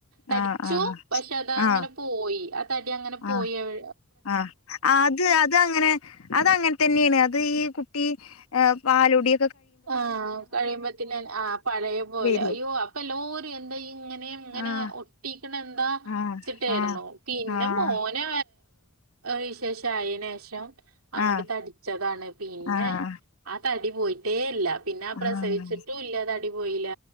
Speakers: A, on the right; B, on the left.
A: തടിച്ചു
B: ആഹ് ആഹ്
A: പക്ഷെ അത അങ്ങനെ
B: ആഹ്
A: പോയി ആ തടി അങ്ങനെപോയി
B: ആഹ്
A: എവു
B: ആഹ് ആത് അത് ങ്ങനെ അതങ്ങൻതന്നേണ് അത് ഈ കുട്ടി ഏ പാലുടി
A: ആഹ് കഴിയുമ്പത്തിന് ആ പഴയെ പോലെ
B: വരും
A: അയ്യോ അപ്പ എല്ലാരും എന്താ ഇയ്യ് ഇങ്ങനെ ഇങ്ങനെ
B: ആഹ്
A: ഒട്ടിക്ക്ണെന്താ
B: ആഹ്
A: ച്ചിട്ടേര്ന്നു
B: ആഹ്
A: പിന്നെ
B: ആഹ്
A: മോനെ വിശേഷായേനേഷം അങ്ങട്
B: ആഹ്
A: തടിച്ചതാണ് പിന്നെ
B: ആഹ്
A: ആ തടിപോയിട്ടേ ഇല്ല പിന്നെ ആ പ്രസവിച്ചിട്ടുഇല്ല
B: ആഹ്
A: തടിപോയില്ല